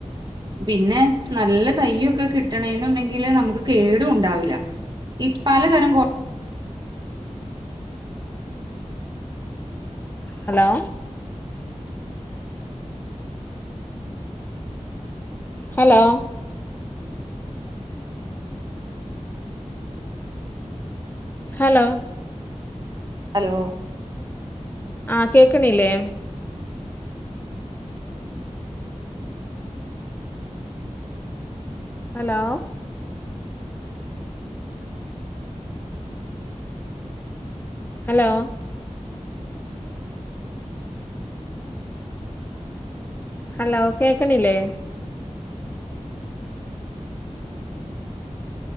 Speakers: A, on the right (about 35°); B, on the left (about 15°).
A: പിന്നെ നല്ല തയ്യോക്കെ കിട്ടണെന്നുണ്ടെങ്കില് നമുക്ക് കേടും ഉണ്ടാവില്ല ഇ പലതരം കോ
B: ഹലോ ഹലോ ഹലോ
A: ഹലോ
B: ആ കേക്കണില്ലേ ഹലോ ഹലോ ഹലോ കേക്കണില്ലേ